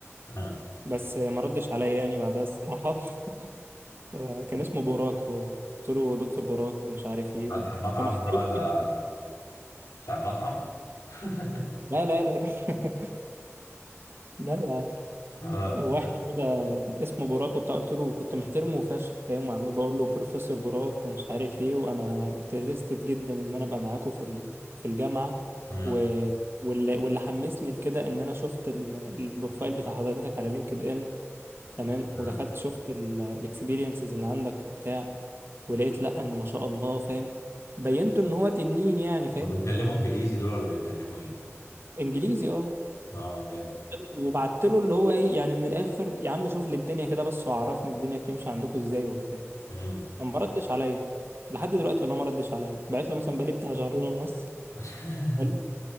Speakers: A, on the left; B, on the right.
A: اه
B: بس ما ردش عليا يعني بعدها الصراحه <laughs> آه، كان اسمه بوراك هو قلت له دكتور بوراك ومش عارف ايه
A: فاتح
B: وكنت
A: المطعم
B: محترمه
A: ده ولا
B: جدا
A: بتاع المطعم <laughs>
B: لا لا لا لا <laughs> لا يا عم
A: اه
B: واحد كده اسمه بوراك وبتاع قلت له كنت محترمه فشخ فاهم وعمال بقول له بروفيسور بوراك ومش عارف ايه وانا انترستد جدا ان انا ابقى معاكم في ال- في الجامعه
A: اه
B: و واللي واللي حمسني لكده ان انا شفت ال- البروفايل بتاع حضرتك على لينكد ان تمام ودخلت
A: اه
B: شفت الاكسبيرينسز اللي عندك وبتاع ولقيت لا ان ما شاء الله فاهم بينته ان هو تنين يعني فاهم
A: بيتكلموا انجليزي دول ولا بيتكلموا ايه
B: انجليزي اه
A: اه جامد
B: وبعت له اللي هو ايه يعني من الاخر يا عم شوف لي الدنيا كده بس وعرفني الدنيا بتمشي عندكم ازاي وبتاع
A: امم
B: فما ردش عليا لحد دلوقتي والله ما ردش عليا بعت له مثلا بقالي بتاع شهرين ونص
A: <laughs>
B: حلو